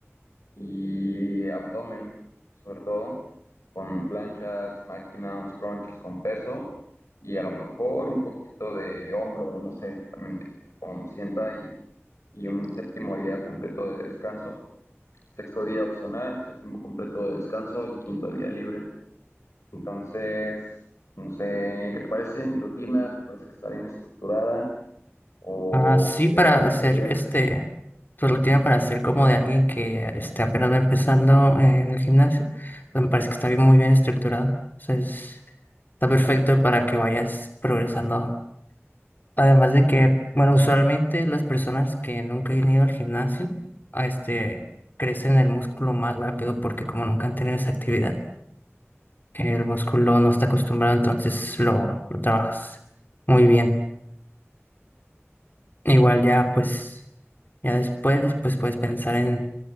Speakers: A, on the left (about 85°); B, on the left (about 40°).
A: y abdomen, sobre todo, con planchas, máquina, unos crunches con peso y a lo mejor un poquito de hombro, no sé, también de como sienta y, y un séptimo día completo de descanso. Sexto día opcional, séptimo completo de descanso y quinto día libre. Entonces, no sé, ¿qué te parece mi rutina? ¿Te parece que está bien estructurada? ¿O
B: Ah, sí,
A: hay
B: para
A: algo que le
B: hacer
A: podrías?
B: este, pues lo tiene para hacer como de alguien que esté apenas va empezando en el gimnasio. Pues me parece que está bien, muy bien estructurada. O sea, es- está perfecto para que vayas progresando. Además de que, bueno, usualmente las personas que nunca han ido al gimnasio, a este, crecen el músculo más rápido porque como nunca han tenido esa actividad, el músculo no está acostumbrado, entonces lo, lo trabajas muy bien. Igual ya, pues. Ya después, pues puedes pensar en